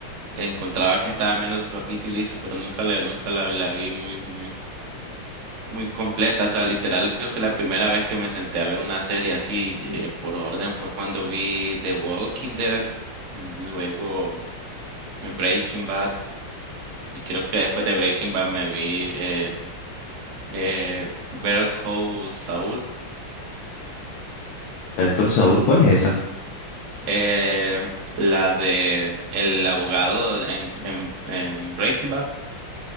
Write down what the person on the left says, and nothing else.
Narcos Saúl, ¿cuál es esa?